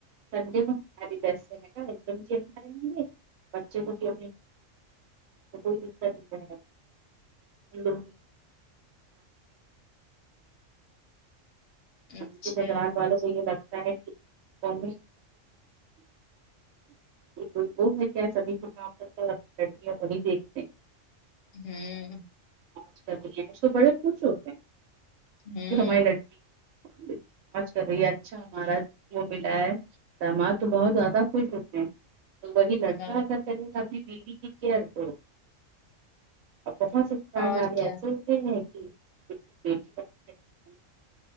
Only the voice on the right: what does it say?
سنڈے میں ہمیں بھی بیسٹ رہے گا ایک دم کی اپنا رہیں گے بچے کو بھی کوئی دکت نہیں ہے <unintelligible> ان
کی تو گرات سھی لگتا ہے کہ فون میں یہ کوئی وہ ہے کیا سبھی کو کام کرتا اورڈر وہی دیکھتے
آج کل ہی ای تو بڑے خوش ہوتے ہیں
کہ ہماری لڑکی موج کر رہی اچھا ہمارا وہ ملا ہے داماد تو بہت زیادہ خوش ہوتے ہیں تو وہی لڑکا
اگر کرے گا اپنی بیوی کی کیئر تو اب بہت سسرال
والے
ایسے ہوتے ہیں کہ ب بی <unintelligible>